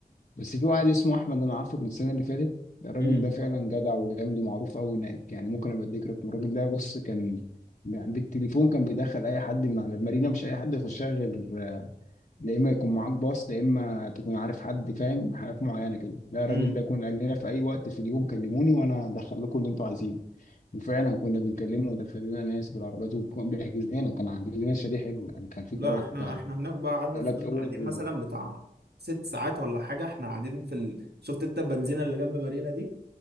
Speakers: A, on the left; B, on the right.
A: بس في واحد اسمه احمد انا عارفه من السنه اللي فاتت الراجل
B: امم
A: ده فعلا جدع وجامد ومعروف قوي هناك يعني ممكن ابقى اديك رقم الراجل ده بص كان يعني بالتليفون كان بيدخل اي حد من على المارينا مش اي حد يخشها غير آه، لا اما يكون معاك باص لا اما تكون عارف حد فاهم حاجات معينه كده لا الراجل
B: امم
A: ده كان قال لنا في اي وقت في اليوم كلموني وانا هدخل لكم اللي انتوا عايزينه وفعلا كنا بنكلمه ودخل لنا ناس بالعربيات وكان بيحجز لنا كان عامل لنا شاليه حلو يعني كان في
B: لا
A: ثلاث
B: احنا احنا هناك بقى قعدنا
A: ثلاث
B: فضلنا
A: اوض
B: قاعدين مثلا
A: و-
B: بتاع ست ساعات ولا حاجه احنا قاعدين في ال... شفت انت البنزينه اللي جنب مارينا دي